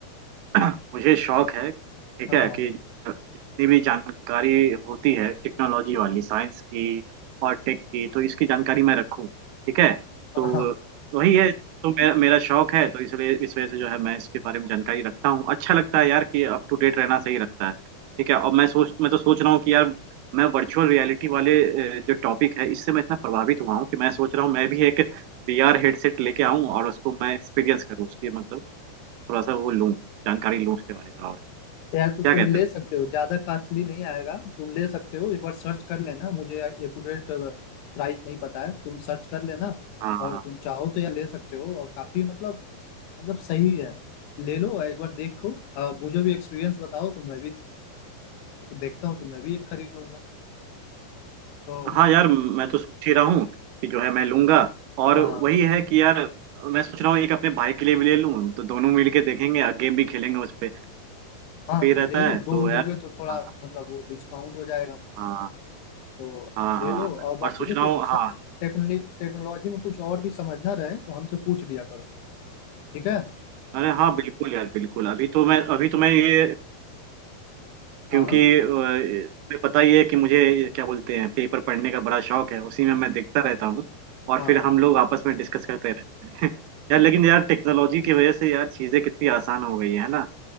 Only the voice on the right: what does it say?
<clears throat> मुझे शौक है ठीक
है कि जितनी भी जानकारी होती है टेक्नोलॉजी वाली साइंस की और टेक की तो इसकी जानकारी मैं रखूं ठीक है तो
वही है तो मेरा मेरा शौक है तो इसलिए इस वजह से जो है मैं इसके बारे में जानकारी रखता हूँ अच्छा लगता है यार कि अप टू डेट रहना सही रखता है ठीक है और मैं सोच मैं तो सोच रहा हूँ कि यार मैं वर्चुअल रियलिटी वाले अ, जो टॉपिक है इससे मैं इतना प्रभावित हुआ हूँ कि मैं सोच रहा हूँ मैं भी एक वीआर हेडसेट लेके आऊं और उसको मैं एक्सपीरियंस करूँ उसकी मतलब थोड़ा सा वो लूँ जानकारी लूँ उसके बारे में और
क्या
कहते
हो
हाँ हाँ
हाँ।
हाँ यार मैं तो सोच ही रहा हूँ कि जो है मैं लूंगा और
वही है कि यार मैं सोच रहा हूँ एक अपने भाई के लिए भी ले लूँ तो दोनों मिल के देखेंगे और गेम भी खेलेंगे उस पे
फ्री
रहता
है
तो
यार
हाँ
हाँ
हाँ
हाँ
हाँ।
और सोच
रहा हूँ हाँ
अरे हाँ बिल्कुल यार बिल्कुल अभी तो मैं अभी तो मैं ये क्योंकि
अ, तुम्हें पता ही है कि मुझे ये क्या बोलते हैं पेपर पढ़ने का बड़ा शौक है उसी में मैं देखता रहता हूँ और
फिर हम लोग आपस में डिस्कस करते रहते हैं <laughs> यार लेकिन यार टेक्नोलॉजी की वजह से यार चीजें कितनी आसान हो गई है ना